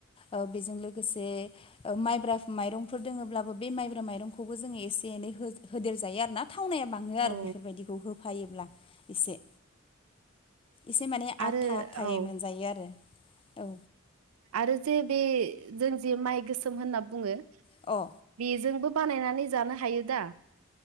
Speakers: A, on the left (about 25°); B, on the right (about 75°).
A: ओ बेजों लोगोसे ओ माइब्रा माइरंफोर दोङब्लाबो बे माइब्रा माइरंखौबो जोङो एसे एनै होदेर जायो आरो ना थावनाया बाङो
B: औ
A: आरो बेफोरबायदिखौ होफायोब्ला एसे। एसे माने
B: आरो
A: आथा आथायै
B: औ
A: मोनजायो आरो। औ।
B: आरो जे बे जों जे माइ गोसोम होनना बुङो
A: अ
B: बेजोंबो बानायनानै जानो हायो दा?